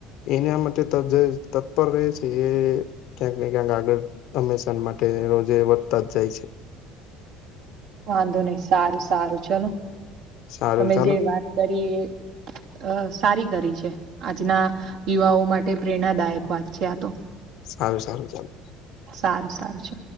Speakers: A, on the left (about 65°); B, on the right (about 70°).
A: એના માટે જે તત્પર રહે છે એ ક્યાંક ને ક્યાંક આગળ હંમેશા માટે રોજે વધતા જ જાય છે.
B: વાંધો નહ સારું સારું ચલો
A: સારું
B: તમે
A: ચાલો
B: જે વાત કરી એ અ સારી કરી છે આજના યુવાઓ માટે પ્રેરણાદાયક વાત છે આ તો.
A: સારું સારું ચાલો.
B: સારું સારું છે.